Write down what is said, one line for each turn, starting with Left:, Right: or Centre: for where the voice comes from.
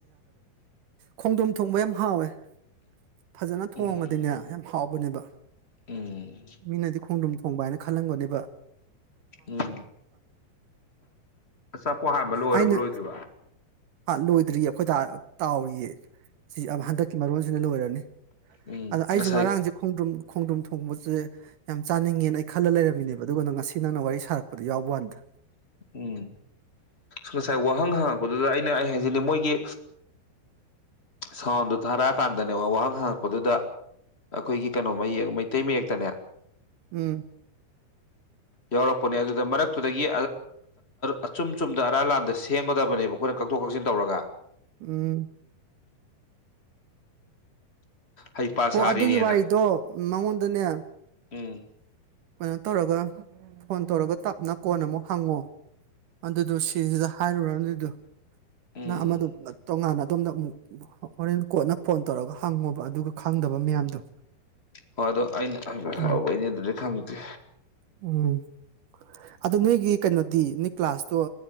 Right: ꯈꯣꯡꯗꯣꯝ ꯊꯣꯡꯕ ꯌꯥꯝ ꯍꯥꯎꯋꯦ ꯐꯖꯅ ꯊꯣꯡꯉꯗꯤꯅꯦ
Left: ꯎꯝ
Right: ꯌꯥꯝ ꯍꯥꯎꯕꯅꯦꯕ
Left: ꯎꯝ
Right: ꯃꯤꯅꯗꯤ ꯈꯣꯡꯗꯔꯨꯝ ꯊꯣꯡꯕꯥꯅ ꯈꯜꯂꯝꯒꯅꯤꯕ
Left: ꯎꯝ ꯑꯆꯥꯄꯣꯠ ꯍꯥꯟꯕ ꯂꯣꯏꯔꯕꯣ
Right: ꯑꯩꯅ
Left: ꯂꯣꯏꯗ꯭ꯔꯤꯕꯣ
Right: ꯂꯣꯏꯗ꯭ꯔꯤꯌꯦ ꯑꯩꯈꯣꯏꯗꯥꯅ ꯇꯥꯎꯔꯤꯌꯦ ꯁꯤ ꯍꯟꯗꯛꯀꯤ ꯃꯔꯣꯟꯁꯤꯅ ꯂꯣꯏꯔꯅꯤ
Left: ꯎꯝ
Right: ꯑꯗ ꯑꯩꯁꯨ
Left: ꯉꯁꯥꯏ
Right: ꯉꯔꯥꯡꯁꯦ ꯈꯣꯡꯗ꯭ꯔꯨꯝ ꯈꯣꯡꯗ꯭ꯔꯨꯝ ꯊꯣꯡ ꯊꯣꯡꯕꯁꯦ ꯌꯥꯝ ꯆꯥꯅꯤꯡꯉꯦꯅ ꯑꯩ ꯈꯜꯂ ꯂꯩꯔꯝꯃꯤꯅꯦꯕ ꯑꯗꯨꯒꯅ ꯉꯁꯤ ꯅꯪꯅ ꯋꯥꯔꯤ ꯁꯥꯔꯛꯄꯗ ꯌꯥꯎꯕ ꯋꯥꯥꯟꯗ
Left: ꯎꯝ ꯉꯁꯥꯏ ꯋꯥꯍꯪ ꯍꯪꯉꯛꯄꯗꯨꯗ ꯑꯩꯅ ꯑꯩ ꯍꯥꯏꯖꯤꯅꯤ ꯃꯣꯏꯒꯤ ꯁꯥꯎꯟꯗꯣ ꯊꯥꯔꯛꯑꯀꯥꯟꯗꯅꯦꯕ ꯋꯥꯍꯪ ꯍꯪꯉꯛꯄꯗꯨꯗ ꯑꯩꯈꯣꯏꯒꯤ ꯀꯩꯅꯣ ꯃꯌꯦꯛ ꯃꯩꯇꯩ ꯃꯌꯦꯛꯇꯅꯦ
Right: ꯎꯝ
Left: ꯌꯥꯎꯔꯛꯄꯅꯦ ꯑꯗꯨꯗ ꯃꯔꯛ ꯇꯨꯗꯒꯤ ꯑꯆꯨꯝ ꯆꯨꯝꯗ ꯑꯔꯥꯟ ꯂꯥꯟꯗ ꯁꯦꯝꯒꯗꯕ ꯕ ꯑꯩꯈꯣꯏꯅ ꯀꯛꯊꯣꯛ ꯀꯛꯁꯤꯟ ꯇꯧꯔꯒ
Right: ꯎꯝ
Left: ꯍꯩꯄꯥ
Right: ꯑꯣ
Left: ꯁꯥꯔꯤꯅꯦꯅ
Right: ꯑꯗꯨꯒꯤ ꯋꯥꯔꯤꯗꯣ ꯃꯉꯣꯟꯗꯅꯦ
Left: ꯎꯝ
Right: ꯀꯩꯅꯣ ꯇꯧꯔꯒ ꯐꯣꯟ ꯇꯧꯔꯒ ꯇꯞꯅ ꯀꯣꯟꯅ ꯑꯃꯨꯛ ꯍꯪꯉꯣ ꯑꯗꯨꯗꯣ ꯁꯤꯁꯤꯗ ꯍꯥꯏꯔꯨꯔ ꯑꯗꯨꯏꯗꯨ
Left: ꯎꯝ
Right: ꯅ ꯑꯃꯗꯨ ꯇꯣꯉꯥꯟꯅ ꯑꯗꯣꯝꯗ ꯑꯃꯨꯛ ꯍꯣꯔꯦꯟ ꯀꯣꯟꯅ ꯐꯣꯟ ꯇꯧꯔꯒ ꯍꯪꯉꯣꯕ ꯑꯗꯨꯒ ꯈꯪꯗꯕ ꯃꯌꯥꯝꯗꯣ
Left: ꯍꯣꯏ ꯑꯗꯣ ꯑꯩꯅ ꯑꯩ
Right: ꯎꯝ
Left: ꯍꯧꯕꯩꯅꯦ ꯑꯗꯨꯗꯤ ꯈꯪꯗꯦ
Right: ꯎꯝ ꯑꯗꯣ ꯅꯣꯏꯒꯤ ꯀꯩꯅꯣꯗꯤ ꯅꯣꯏ ꯀ꯭ꯂꯥꯁꯇꯣ